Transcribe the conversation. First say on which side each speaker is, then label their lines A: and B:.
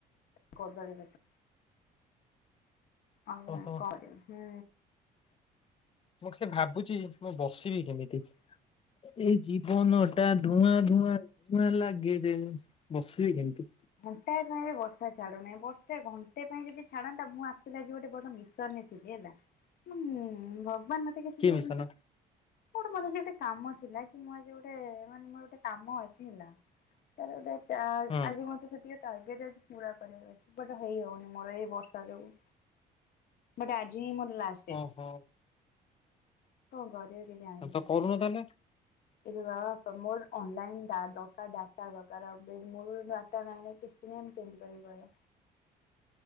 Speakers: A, on the left (about 65°); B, on the left (about 35°).
A: କଦଳୀ ଗଛ। ହଉ
B: ଓହୋ
A: କିବ ହୁଁ
B: ମୁଁ ସେ ଭାବୁଛି ମୁଁ ବସିବି କେମିତି? ଏଇ ଜୀବନ ଟା ଧୂଆଁ ଧୂଆଁ ଧୂଆଁ ଲାଗେ ଯେ ବସିବି କେମିତି?
A: ଘଣ୍ଟାଏ ପାଇଁ ବି ବର୍ଷା ଛାଡୁ ନାହିଁ ବର୍ଷେ ଘଣ୍ଟେ ପାଇଁ ଯଦି ଛାଡନ୍ତା ମୁଁ ଆଖୁଥିଲା ଆ ଗୋଟେ ବଡ ମିଶନ ଥିଲା ହଁ ଭଗବାନ ମତେ କି
B: କିଏ
A: ମୋ ଗୋଟେ
B: ମିଶନ
A: ମାନେ ଗୋଟେ କାମ ଥିଲା କି ମୁଁ ଆଜି ଗୋଟେ ମାନେ ମୋର ଗୋଟେ କାମ ଅଛି ହେଲା ତାର ଗୋଟେ ଆ
B: ହଁ
A: ଆଜି ମ ଟାର୍ଗେଟ ପୁରା କର ଅଛି ଗୋଟେ ହେଇ ହଉନି ମୋର ଏଇ ବର୍ଷା ଯୋଗୁ ବ ଆଜି ହିଁ ମୋର ଡେଟ
B: ଓହୋ।
A: କଣ ସେ କି ଯାଣିପାରୁନି।
B: ତ କରୁନ ତାହେଲେ
A: ଏ ବା ମୋର ଅନଲାଇନ ଦରକାଊ ଡାଟ ଦରକାର ମୂଳରୁ ଡାଟା ନାଇଁ କି? କେମିତି କରିବି କହିଲ?